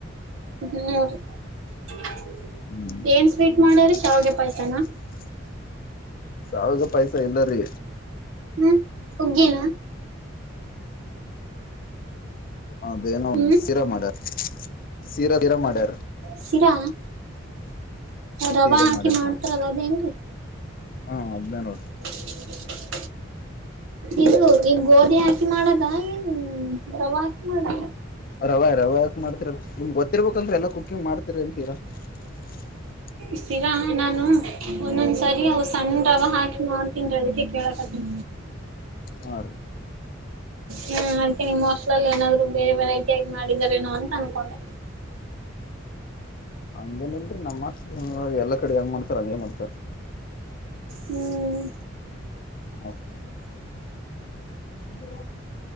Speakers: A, on the right; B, on the left.
A: ಹ್ಮ್ ರೀ
B: ಹ
A: ಏನ್ ಸ್ವೀಟ್ ಮಾಡ್ಯ್ರೀ ಶಾವಿಗೆ ಪಾಯಸನ
B: ಸಾವಾಗ ಪೈಸ ಇಲ್ಲ ರೀ
A: ಹ್ಮ್ ಹಗೇನಾ
B: ಅದ ಏನೋ ಒ
A: ಹ್ಮ್
B: ಶೀರಾ ಮಾಡ್ಯಾರ ಶೀರಾ ಶೀರಾ ಮಾಡ್ಯಾರ
A: ಶಿರಾ ರವಾ
B: ಸೀರಾ
A: ಹಾಕಿ
B: ಮಾಡ್ಯಾರ
A: ಮಾಡ್ತಾರದ
B: ನೋಡ್ರಿ
A: ಅದೇನ್
B: ಹಾ ಹದ್ಞಾನನ್
A: ಹಾ ಇದು ಈಗ ಗೋಧಿ ಹಾಕಿ ಮಾಡದ ಇನ್ ರವ ಹಾಕಿ ಮಾಡದ
B: ರವ ರವ ಯಕ ಮಾಡತತಿರಲ್ಲ ನಿಮ ಗೊತ್ತರ್ಬೇಕಕ್ಂದ್ರ ಎಲ್ಲ ಕುಕ್ಕಿಂಗ್ ಮಾಡ್ತಿ ಅಂತೀರಾ ಹಾ
A: ಶರಾ ನಾನು ಒಂದೊಂದ್ ಸರಿ ಅವ ಸಣ್ಣ ರವ ಹಾಕಿ ಮಾಡ್ತನ್ ರ ಅಐತೆ ಕೇಳಕತ್ತನಿ
B: ಹ ರ <unintelligible>
A: ಹ್ಮ ಅದಕ್ಕೆ ನಿಮ್ಮ್ ಹೊಸ್ಲಲ್ಲಿ ಏನಾದ್ರು ಬೇರೆ ವೆರೈಟಿ ಆಗಿ ಮಾಡಿದಾರೇನೋ ಅಂತ ಅನ್ಕೊಂಡೆ
B: ಹಂಗೇನ್ ಇಲ್ರರಿ ನಮ್ಮ ಎಲ್ಲಾ ಕಡೆ ಹಂಗ್ ಮಾಡ್ತಾರ ಹಂಗಗೆ ಮಾಡ್ತಾರ
A: ಹ್ಮ್
B: ಮ <unintelligible> ಹ್ಮ